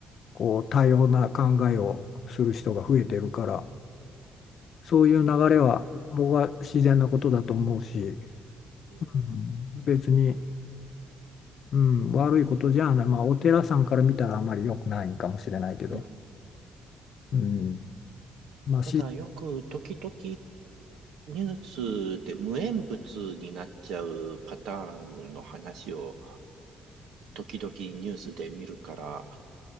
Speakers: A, on the left; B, on the right.
A: こう多様な考えをする人が増えてるから。そういう流れは僕は自然なことだと思うし、
B: うん、
A: うん、別に、うん、悪いことじゃない、まあ、お寺さんから見たらあまり良くないんかもしれないけど、
B: うん
A: うん、まあ、し、
B: ただよく時々ニュースで無縁物になっちゃうパターンの話を時々ニュースで見るから、